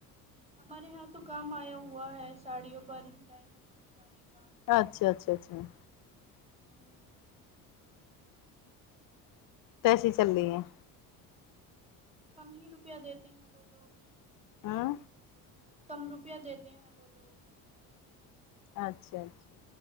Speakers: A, on the right (about 15°); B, on the left (about 60°).
A: हमारे यहाँ तो काम आया हुआ है साड़ियो पर डायमंड चिपकाने का
B: अच्छा अच्छा अच्छा
A: हम्म
B: कैसे चल रही है
A: कम ही रुपया देते हैं बोलो
B: आँ
A: कम रुपया देते हैं वो लोग
B: अच्छा अच्छा